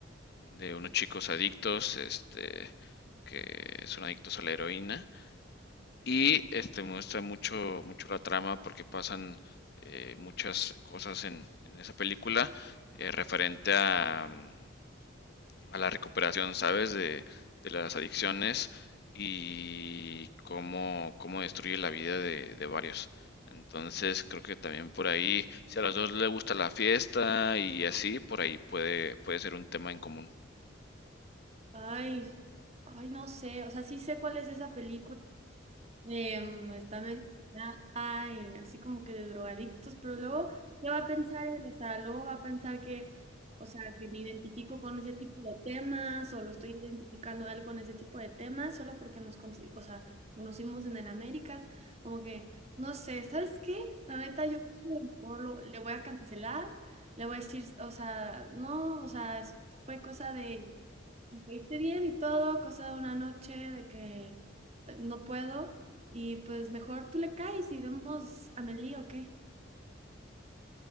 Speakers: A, on the left; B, on the right.
A: de unos chicos adictos, este, que son adictos a la heroína Y este muestra mucho, mucho la trama porque pasan eh, muchas cosas en, en esa película eh, referente a, mm, a la recuperación, ¿sabes? De, de las adicciones y cómo, cómo destruye la vida de, de varios. Entonces creo que también por ahí, si a los dos les gusta la fiesta y así, por ahí puede, puede ser un tema en común.
B: Ay, ay, no sé, o sea, sí sé cuál es esa película. Em, está medio dañada y así como que de drogadictos, pero luego, ¿qué va a pensar él? O sea, luego va a pensar que, o sea, que me identifico con ese tipo de temas o lo estoy identificando a él con ese tipo de temas solo porque nos, consi- o sea, conocimos en el Américas, como que, no sé, ¿sabes qué? La neta, yo creo que mejor lo- le voy a cancelar, le voy a decir, o sea, no, o sea, es- fue cosa de me Caíste bien y todo, cosa de una noche de que eh, no puedo. Y pues mejor tú le caes y vemos a Meli o qué.